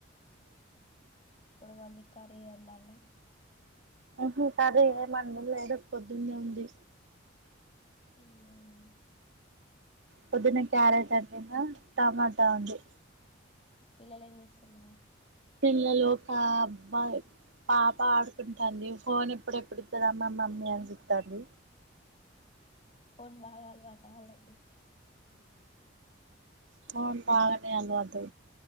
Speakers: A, on the left; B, on the right.
A: ఇప్పుడు వాళ్ళ కరీ ఉండాల్ నా
B: <unintelligible> ప్రతి పొదుందే ఉంది
A: హమ్
B: పొద్దున క్యారెట్ అండినా టమాటా ఉంది
A: పిల్లలే ఏం చేస్తున్నార్
B: పిల్లలు ఒక అబ్బాయి పాప ఆడుకుంటాంది ఫోన్ ఎప్పుడు ఎప్పుడు ఇస్తదా మా మమ్మీ అని చుతాందీ
A: ఫోన్ బా అల్వటా ఆలకి
B: ఫోన్ బాగానే అల్ వాటు